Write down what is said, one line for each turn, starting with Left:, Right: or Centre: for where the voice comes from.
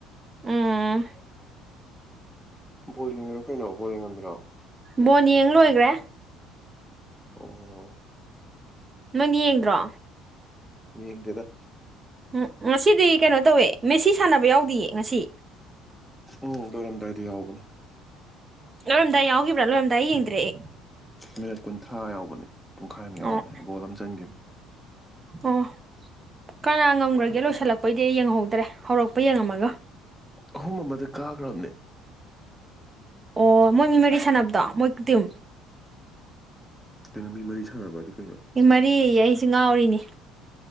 Right: ꯎꯝ
Centre: ꯕꯣꯜ ꯌꯦꯡꯉꯤꯔꯣ ꯀꯩꯅꯣ ꯕꯣꯜ ꯌꯦꯡꯉꯝꯃꯤꯔꯣ
Right: ꯕꯣꯟ ꯌꯦꯡ ꯂꯣꯏꯒ꯭ꯔꯦ
Centre: ꯑꯣ
Right: ꯅꯣꯏꯅꯤ ꯌꯦꯡꯗ꯭ꯔꯣ
Centre: ꯌꯦꯡꯗꯦꯗ
Right: ꯎꯝ ꯉꯁꯤꯗꯤ ꯀꯩꯅꯣ ꯇꯧꯋꯦ ꯃꯦꯁꯤ ꯁꯥꯟꯅꯕ ꯌꯥꯎꯗꯤꯌꯦ ꯉꯁꯤ
Centre: ꯎꯝ ꯂꯣꯏꯔꯝꯗꯥꯏꯗ ꯌꯥꯎꯕꯅꯦ
Right: ꯂꯣꯢꯔꯝꯗꯥꯏ ꯌꯥꯎꯒꯤꯕ꯭ꯔ ꯂꯣꯢꯔꯝꯗꯥꯢ ꯌꯦꯡꯗ꯭ꯔꯦ ꯑꯩ
Centre: ꯃꯤꯅꯠ ꯀꯨꯟꯊ꯭ꯔꯥ ꯌꯥꯎꯕꯅꯦ ꯄꯨꯡꯈꯥꯏ ꯑꯃ ꯌꯥꯎꯕꯅꯦ
Right: ꯑꯣ
Centre: ꯒꯣꯜ ꯑꯃ ꯆꯟꯈꯤꯕꯅꯦ
Right: ꯑꯣ ꯀꯅꯥ ꯉꯝꯈ꯭ꯔꯒꯦ ꯂꯣꯏꯁꯤꯜꯂꯛꯄꯩꯗꯤ ꯑꯩ ꯌꯦꯡꯍꯧꯗ꯭ꯔꯦ ꯍꯧꯔꯛꯄ ꯌꯦꯡꯉꯝꯃꯒ
Centre: ꯑꯍꯨꯝ ꯑꯃꯗ ꯀꯥꯈ꯭ꯔꯕꯅꯦ
Right: ꯑꯣ ꯃꯣꯏꯒꯤ ꯃꯔꯤ ꯁꯥꯟꯅꯕꯗꯣ ꯃꯣꯏ ꯇꯤꯝ
Centre: ꯀꯩꯅꯣ ꯃꯤ ꯃꯔꯤ ꯁꯥꯟꯅꯕ ꯍꯥꯢꯗꯤ
Right: ꯑꯦ ꯃꯔꯤꯌꯦ ꯑꯩꯁꯦ ꯉꯥꯎꯔꯤꯅꯦ